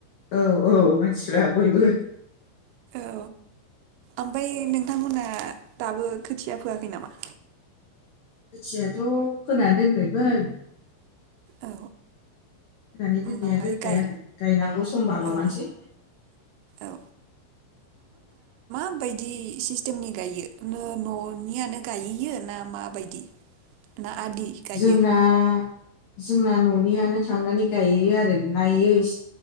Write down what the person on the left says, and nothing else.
औ औ मानसिफ्रा बयबो
खोथियाथ' फोनानै दोनबायमोन
होनानै दोननाया
दोनबाय
आरो गायनांगौ समबा माबानोसै
जोंना
जोंना न'नियानो थांनानै गायियो आरो नायोस